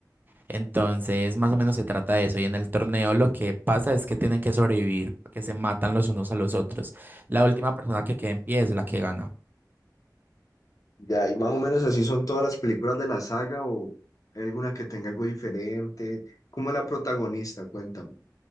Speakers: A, on the right; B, on the left.
A: Entonces, más o menos se trata de eso. Y en el torneo lo que pasa es que tienen que sobrevivir, que se matan los unos a los otros. La última persona que quede en pie es la que gana.
B: Ya, y más o menos así son todas las películas de la saga o hay alguna que tenga algo diferente. ¿Cómo es la protagonista? Cuéntame.